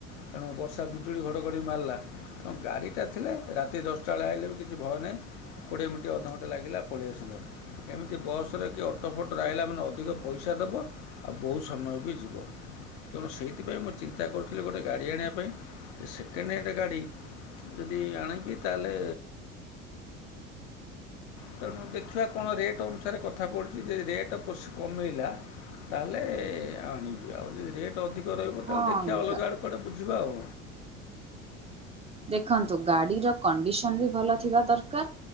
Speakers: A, on the left; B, on the right.
A: ତେଣୁ ବର୍ଷା ବିଜୁଳି ଘଡ଼ଘଡ଼ି ମାରିଲା, ତ ଗାଡ଼ିଟା ଥିଲେ ରାତି ଦଶଟା ବେଳେ ଆଇଲେ ବି କିଛି ଭୟ ନାହିଁ। କୋଡିଏ ମିନଟି ଅଧଘଣ୍ଟେ ଲାଗିଲା ପଳେଇ <unintelligible> ଏମିତି ବସ୍ ରେ କି ଅଟୋ ଫଟୋ ରେ ଆଇଲା ମାନେ ଅଧିକ ପଇସା ଦେବ ଆଉ ବହୁତ ସମୟ ବି ଯି ଯିବ। ତେଣୁ ସେଇଥିପାଇଁ ମୁଁ ଚିନ୍ତା କରୁଥିଲି ଗୋଟେ ଗାଡ଼ି ଆଣିବା ପାଇଁ ଯେ ସେକେଣ୍ଡ ହ୍ୟାଣ୍ଡ ଗାଡ଼ି ଯଦି ଆଣିବି ତାହେଲେ ତେଣୁ ଦେଖିବା କଣ ରେଟ୍ ଅନୁସାରେ କଥାପଡ଼ିଚି ଯଦି <unintelligible> କମେଇଲା ତାହେଲେ ଆଣିବି ଆଉ ଯଦି ରେଟ୍ ଅଧିକ <unintelligible> ତାହେଲେ
B: ହଁ
A: ଦେଖିବା ଅଲଗା ଆଡ଼େ କୁଆଡ଼େ ବୁଝିବା ଆଉ।
B: ଦେଖନ୍ତୁ ଗାଡିର କଣ୍ଡିସନ ବି ଭଲ ଥିବା ଦରକାର